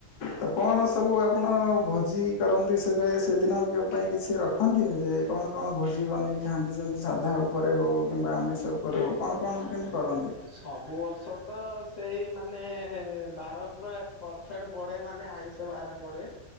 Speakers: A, on the left; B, on the left.
A: ତ କଣ ସବୁ ଆପଣ ଭୋଜି କରନ୍ତି ସେବେ ସେଦିନ କ ପାଇଁ କିଛି ରଖ ଖନ୍ତି ଯେ କଣ କଣ ଭୋଜି ବନେଇ ଖାଆନ୍ତି ଯେମତି ସାଧା ଉପରେ ହଉ କିମ୍ବା ଆମିଷ ଷ ଉପରେ ହଉ। କଣ କଣ
B: ହା
A: କେମିତି
B: ଆ
A: କରନ୍ତି?
B: ସବୁ ବର୍ଷ ତ ସେଇ ମାନେ ଏ ଏ ଏ ବାର ପୁରା ପରଫେକ୍ଟ ପଡେ ମାନେ ଆଇଁଷ ବାର ପଡ଼େ